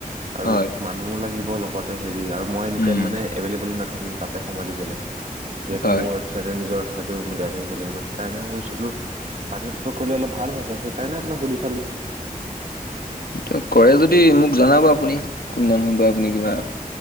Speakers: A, on the right (about 55°); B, on the left (about 90°).
A: আৰু
B: হয়
A: মানুহো লাগিব লগতে হেৰি আৰু মই এনি
B: উম
A: টাইম মানে এভেইলেবল নাপ নাথাকিম তাতে সময় দিবলে, যিহেতু
B: হয়
A: মোৰ এইটো চাইডৰ সেইটো মিলাই থাকিব লাগিব সেইকাৰণে ভাবিছিলোঁ পাৰ্টনাৰশ্বিপক কৰিলে অলপ ভাল হ'ল হয় সেইকাৰণে আপোনাক সুধি চালোঁ। <inaudible>
B: এতিয়া কৰে যদি মোক জনাব আপুনি কোনদিন হব আপুনি কিবা